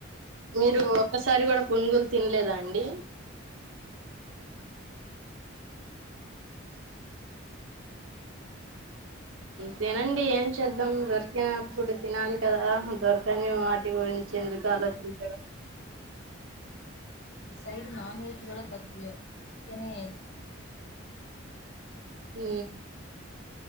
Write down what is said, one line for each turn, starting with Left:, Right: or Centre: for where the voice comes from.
Right: మీరు ఒక్కసారి కూడా పునుగులు తినలేదండి
Left: అ
Right: తినండి ఏం చేద్దాం దొరికినప్పుడు తినాలి కదా దొరకని వాటి గురించి ఎందుకు ఆలోచించడం
Left: ఈ సైడ్ నాన్ వెజ్ కూడా తక్కువే చికెనే ఎయిర్ అసల
Right: ఆ